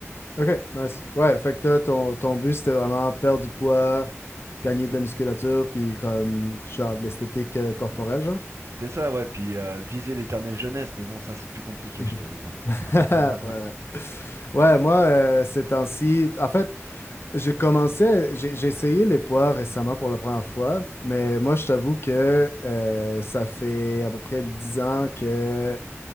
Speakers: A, on the left; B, on the right.
A: OK, nice. Ouais, fait que toi, ton, ton but, c'était vraiment perdre du poids, gagner de la musculature, puis comme genre de l'esthétique euh, corporelle, genre?
B: C'est ça, ouais. Puis euh, viser l'éternelle jeunesse, mais bon, ça, c'est plus compliqué,
A: Mhm.
B: je t'avoue.
A: <laughs>
B: hein.
A: Ouais, ouais.
B: <laughs>
A: Ouais, moi, euh, ces temps-ci, en fait, j'ai commencé, j'ai j'ai essayé les poids récemment pour la première fois, mais moi, je t'avoue que euh, ça fait à peu près 10 ans que